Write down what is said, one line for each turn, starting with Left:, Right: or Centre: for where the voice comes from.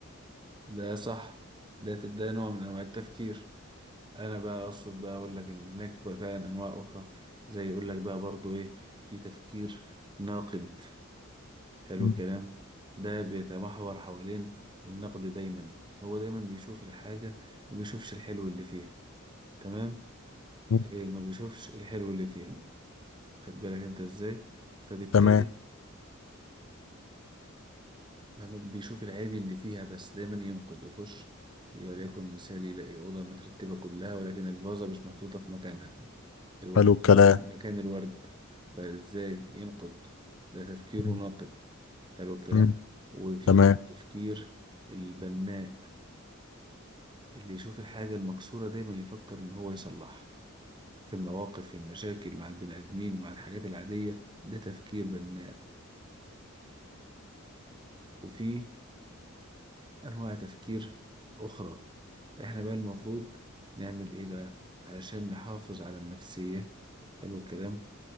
Right: ده صح ده ده نوع من أنواع التفكير أنا بقى أقصد بقى أقول لك إن هناك بقى فعلا أنواع أخرى زي يقول لك بقى برضو إيه في تفكير ناقد حلو
Left: مم.
Right: الكلام ده بيتمحور حوالين النقد دايما هو دايما بيشوف الحاجة وبيشوفش الحلو اللي فيها تمام
Left: مم.
Right: إيه ما بيشوفش الحلو اللي فيها خد بالك انت ازاي فبالتالي
Left: تمام
Right: ما بيشوف العيب اللي فيها بس دايما ينقد يخش وليكن مثال يلاقي أوضة مترتبة كلها ولكن الفازة مش محطوطة في مكانها الورد
Left: حلو الكلام
Right: مكان مكان الورد فازاي ينقد ده تفكيره
Left: مم.
Right: ناقد حلو الكلام
Left: مم.
Right: وفي
Left: تمام
Right: التفكير البناء اللي يشوف الحاجة المكسورة دايما يفكر إن هو يصلحها في المواقف في المشاكل مع البني آدمين مع الحاجات العادية ده تفكير بناء وفي أنواع تفكير أخرى إحنا بقى المفروض نعمل إيه بقى علشان نحافظ على النفسية حلو الكلام